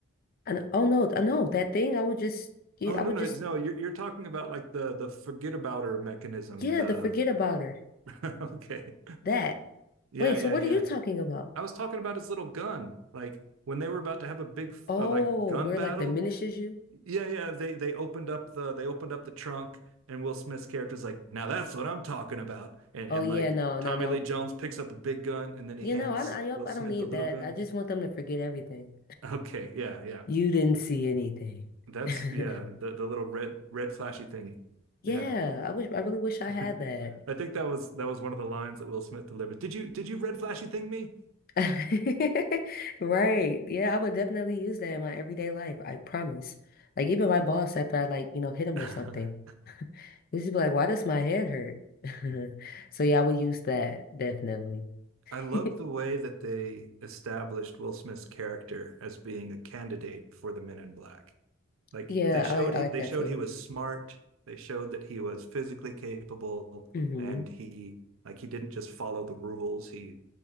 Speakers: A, on the left (about 45°); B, on the right (about 85°).
A: And oh no, I know that thing. I would just, yeah,
B: Oh no
A: I would
B: no
A: just,
B: no you're you're talking about like the the forget abouter mechanism
A: yeah,
B: the
A: the forget about her.
B: <laughs> okay
A: That.
B: yeah
A: Wait,
B: yeah
A: so what
B: yeah
A: are you talking about?
B: I was talking about his little gun like when they were about to have a big
A: Oh,
B: uh, like gun
A: where
B: battle
A: like diminishes you?
B: yeah yeah they they opened up the they opened up the trunk and Will Smith's character's like now that's what I'm talking about and
A: Oh
B: and
A: yeah,
B: like
A: no, no,
B: Tommy
A: no.
B: Lee Jones picks up a big gun and then he
A: You
B: hands
A: know, I, I, yup,
B: Will
A: I
B: Smith
A: don't need
B: the little
A: that.
B: gun
A: I just want them to forget everything.
B: okay yeah yeah
A: You didn't see anything.
B: that's
A: <laughs>
B: yeah the the little red red flashy thingy
A: Yeah,
B: yeah
A: I wish, I really wish
B: <laughs>
A: I had that.
B: I think that was that was one of the lines that Will Smith delivered. Did you did you red flashy thing me?
A: <laughs> Right. Yeah, I would definitely use that in my everyday life. I promise. Like even my boss after I like, you know, hit him
B: <laughs>
A: or something. <laughs> He'd just be like, why does my head hurt? <laughs> So yeah, I would use that definitely.
B: I love
A: <laughs>
B: the way that they established Will Smith's character as being a candidate for the Men in Black. Like
A: Yeah,
B: they showed
A: I like I
B: he,
A: like
B: they
A: that
B: showed
A: too.
B: he was smart, they showed that he was physically capable
A: hmm
B: and he like he didn't just follow the rules, he